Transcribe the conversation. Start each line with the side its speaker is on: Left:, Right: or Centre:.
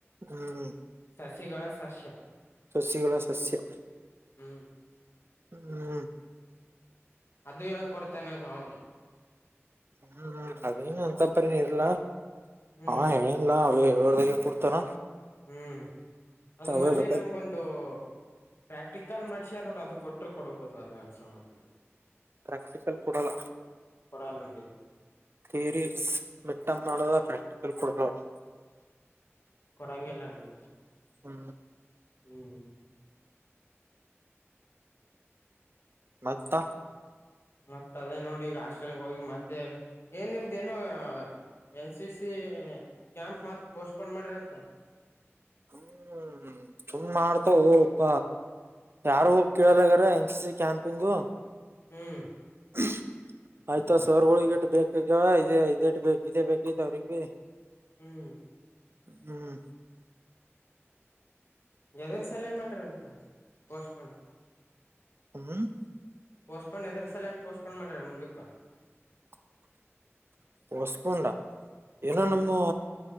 Right: ಹೂ
Left: ಸಸಿಗಳ ಸಸ್ಯ.
Right: ಸಸಿಗಳ ಸಸ್ಯ.
Left: ಹೂ
Right: ಹೂ
Left: ಅದು ಹೆಂಗ್ ಕೊಡ್ತಾನೆ ಅವನು.
Right: ಹ್ಮ್ ಅದೇನು ಅಂತಪ್ಪರಿನ ಇರ್ಲ್ಲಾ
Left: ಹ್ಮ್
Right: ಅವ ಹೇಳ್ಯಾನ್. ಇಲ್ಲ ಅವೇ ಏಳುರ ದಾಗಿ ಕೊಡ್ತಾನ.
Left: ಹ್ಮ್ ಅದು
Right: ಅವೇ
Left: ಮೊನ್ನೆ
Right: ಬೇಕ
Left: ನಮ್ಗೊಂದು. ಪ್ರಾಕ್ಟಿಕಲ್ ಮಾಡ್ಸ್ಯಾರ ನೋಡ ಅದು ಕೊಟ್ಟರು ಕೊಡ್ಬಹದು ನನ್ಗೆ ಅನ್ಸ ಮಟ್ಟಿಗ.
Right: ಪ್ರಾಕ್ಟಿಕಲ್ ಕೊಡಲ್ಲ.
Left: ಕೊಡಲಹಂಗ.
Right: ಥಿಯರಿ ಮೀಟಾಂ ನಡದ ಪ್ರಾಕ್ಟಿಕಲ್ ಕೊಡತವರು.
Left: ಕೊಡಂಗಿಲ್ಲ ಅಲ್ಲಿ.
Right: ಹೂ
Left: ಹೂ
Right: ಮತ್ತ
Left: ಮತ್ತತ್ ಅದೇ ನೋಡಿ ಈಗ ಹಾಸ್ಟೆಲ್ಗೆ ಹೋಗಿ ಮತ್ತೆ ಏನ್ ನಿಮ್ದೇನೋ ಎನ್ ಸಿ ಸಿ ಕ್ಯಾಂಪ್ ಮತ್ ಪೋಸ್ಟ್ ಪೋನ್ ಮಾಡ್ರಿ ಅಂತಲ್ಲ
Right: ಹ್ಮ್ ಚುಮ್ ಮಾಡ್ತಾವಪ್ಪ ಯಾರು ಹೋಗಿ ಕೇಳಲಗಾರ ಎನ್ ಸಿ ಸಿ ಕ್ಯಾಂಪ ಇಂದು.
Left: ಹ್ಮ್
Right: ಹ್ಮ <unintelligible> ಆಯ್ತ ಸರ್ ಓಲ್ಡ್ ಗಿತ್ತು ಇಟ್ಟು ಬೇಕಗ ಇದ ಇದ ಇಟ್ಟ ಇದದೆ ಬೇಕಿತ್ ಅವ್ರಗ್.
Left: ಹ್ಮ್
Right: ಹ್ಮ್
Left: ಎದರು ಸಲ್ಲನ್ ಮಾಡ್ರಂತೆ ಅಂತ್ಯ ಪೋಸ್ಟ್ ಪೋನ್.
Right: ಹ್ಮ್
Left: ಪೋಸ್ಟ್ಪೋನ್ ಎದರ ಸಲ ಅಂತ ಪೋಸ್ಪೋನ್ ಮಾಡ್ರ ಮುದಕ್ಕೆ.
Right: <inaudible> ಹೊಸ್ಪಂಡ ಏನೋ
Left: ಹ್ಮ್
Right: ನಮ್ಮ